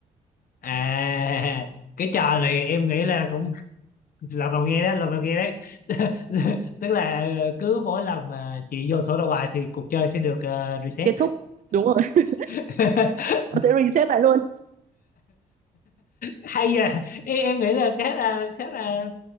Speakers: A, on the left (about 60°); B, on the right (about 50°).
A: à cái trò này em nghĩ là cũng lần đầu nghe đó lần đầu nghe đấy <laughs> tức là cứ mỗi lần mà chị vô sổ đầu bài thì cuộc chơi sẽ được ờ, reset
B: kết thúc đúng rồi <laughs>
A: <laughs>
B: nó sẽ reset lại luôn
A: hay à em, em nghĩ là khá là khá là